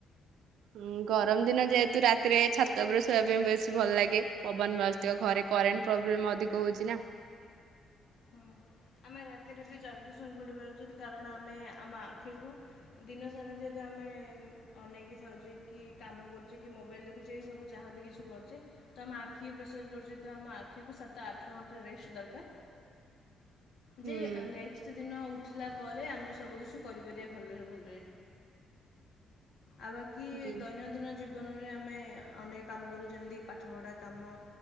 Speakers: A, on the right; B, on the left.
A: ହୁଁ ଗରମ ଦିନ ଯେହେତୁ ରାତିରେ ଛାତ ଉପରେ ଶୋଇବା ପାଇଁ ବେଶୀ ଭଲ ଲାଗେ ପବନ ବାଜିଥିବ ଘରେ କରେଣ୍ଟ ପ୍ରୋବ୍ଲେମ ଅଧିକ ହଉଛି ନା।
B: ହୁଁ ଆମେ ରାତିରେ ବି ଜଲ୍ଦି ସୋଇପଡ଼ିବା ଉଚିତ କାରଣ ଆମେ ଆମ ଆଖିକୁ ଦିନ ସାରା ଯେହେତୁ ଆମେ ଅନେଇକି ଥାଉଚେ କି କାମ କରୁଚେ କି ମୋବାଇଲ ଦେଖୁଚେ ସବୁ ଯାହାବି କିଛି କରୁଚେ ତ ଆମେ ଆଖି କୁ ପ୍ରେସର ପଡ଼ୁଛି ତ ଆମ ଆଖିକୁ ସାତ ଆଠ ଘଣ୍ଟା ରେଷ୍ଟ ଦରକାର।
A: ହୁଁ
B: ଯେ ନେକ୍ସଟ ଦିନ ଉଠିଲା ପରେ ଆମେ ସବୁ କିିଛି କରିପାରିବା ଭଲରେ ଭଲ ରେ ଆଉ ବାକି
A: ହୁଁ
B: ଦୈନନ୍ଦିନ ଜିବ ଜୀବନରେ ଆମେ ଅନେକ କାମ କରୁ ଯେମିତିକ ପାଠପଢ଼ା କାମ